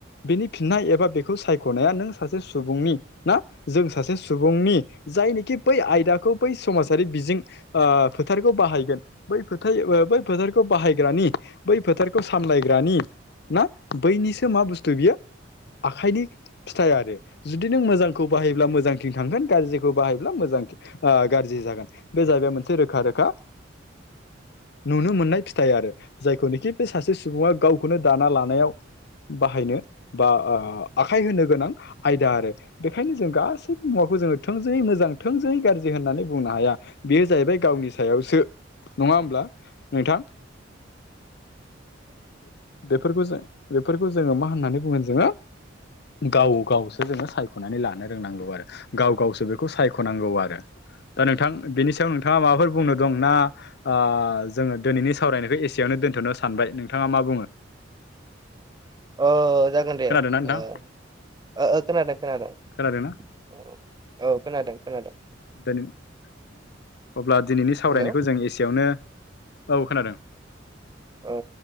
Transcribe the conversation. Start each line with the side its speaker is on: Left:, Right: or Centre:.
Left: बेनि फिननाय एबा बेखौ सायख'नाया नों सासे सुबुंनि ना जों सासे सुबुंनि जायनोखि बै आयदाखौ बै समाजारि बिजों ओ फोथारखौ बाहायगोन बै फोथाय आ बै फोथारखौ बाहायग्रानि बै फोथार खौ सामलायग्रानि ना बैनिसो मा बुस्थु बियो आखाइनि फिथाइ आरो जुदि नों मोजांखौ बाहायोब्ला मोजांथिं थांगोन गाज्रिखौ बाहायब्ला मोजां गाज्रि जागोन बे जाबाय मोनसे रोखा रोखा नुनो मोननाय फिथाइ आरो जायखौनोखि बे सासे सुबुङा गावखौनो दाना लानायाव बाहायनो बा ओ आखाय होनो गोनां आयदा आरो बेखायनो जों गासै मुवाखौ जों थोंजोङै मोजां थों जों गाज्रि होननानै बुंनो हाया बेयो जाहैबाय गावनि सायावसो नङा होमब्ला नोंथां बेफोरखौ जों <unintelligible> बेफोरखौ जोङो मा होननानै बुङो जोङो गाव गावसो जोङो सायख'नानै लानो रोंनांगौ आरो गाव गावसो बेखौ सायख'नांगौ आरो दा नोंथां बेनि सायाव नोंथाङा माबाफोर बुंनो दं ओ जोङो दिनैनि सावरायनायखौ एसेयावनो दोनथ'नो सानबाय नोंथाङा मा बुङो।
Right: औ जागोन दे
Left: खोनादोंना
Right: ओ
Left: नोंथां
Right: ओ खोनादों खोनादों।
Left: खोनादोंना
Right: औ औ खोनादों खोनादों।
Left: <inaudible> अब्ला दिनैनि सावरायनायखौ
Right: हेल'
Left: जों एसेयावनो औ खोनादों।
Right: औ